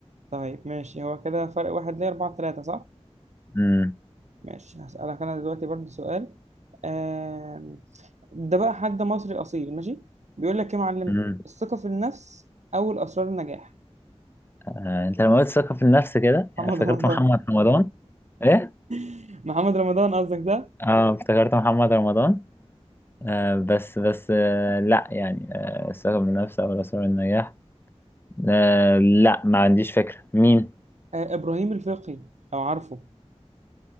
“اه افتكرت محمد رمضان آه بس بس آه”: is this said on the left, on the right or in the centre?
Left